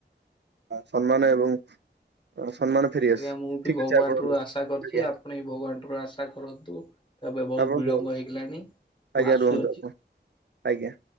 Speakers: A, on the right (about 70°); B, on the left (about 25°).
A: ସମ୍ମାନ ଏବଂ ସମ୍ମାନ ଫେରିଆସୁ
B: ଆଜ୍ଞା ମୁଁ ବି
A: ଠିକ
B: ଭଗବାନଠୁ
A: ଅଛି ଆପଣ
B: ଆଶା କରୁଛି
A: ଆଜ୍ଞା
B: ଆପଣ ଭଗବାନ ଠାରୁ ଆଶା କରନ୍ତୁ ତାପରେ ବହୁତ
A: ଆପଣ
B: ବିଳମ୍ବ ହେଇଗଲାଣି। ମୁଁ
A: ଆଜ୍ଞା
B: ଆସୁଅଛି।
A: ରୁହନ୍ତୁ ଆପଣ ଆଜ୍ଞା